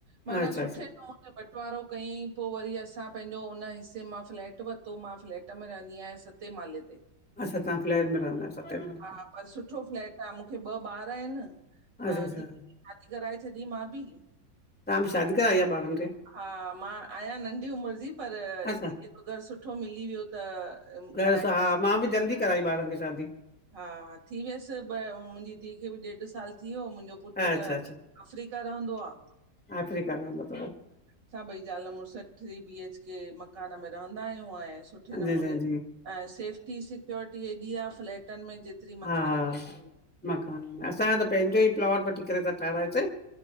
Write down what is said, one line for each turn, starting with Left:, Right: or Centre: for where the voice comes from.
Right: माना
Centre: अच्छा
Right: सुठे
Centre: अच्छा
Right: नमूने बंटवारो कयईं पो वरी असां पैंजो उन हिसे मां फ्लैट वरितो मां, फ्लैट में रहंदी आहियां। सते माले ते।
Centre: अच्छा, तव्हां फ्लेट में रहंदा आयो सते माले
Right: हा पर सुठो फ्लैट आ, मुखे ॿ ॿार आहिन अ
Centre: अच्छा अच्छा
Right: धीअ जी शादी कराए छॾी मां बि।
Centre: तहां बी शादी कराई आ ॿारन खे?
Right: हा, मां आयां नंढी उमिर जी। पर,
Centre: अच्छा
Right: धीअ जो घर सुठो मिली वियो त
Centre: घर
Right: कराए
Centre: सां हा, मां बि जल्दी कराई ॿारन खे शादी।
Right: हा, थी वियस ॿ मुंजी धीउ खे बी ॾेढ साल थी वियो, मुंजो पुटु
Centre: अच्छा
Right: त अफ्रीका रहंदो आ।
Centre: आफ्रिका रंदो आ।
Right: असां ॿई ज़ाल मुड़स थ्री बी एच के मकान में रहंदा आयूं ऐं सुठे नमूने
Centre: जी जी जी
Right: ऐं सेफ्टी सिक्योरिटी हेॾी आ फ्लैटन में जेतिरी
Centre: हा,
Right: मकाननि में कोन्हे।
Centre: मकान में असांजो त पंहिंजो ई प्लॉट वठी करे असां ठारायोसीं।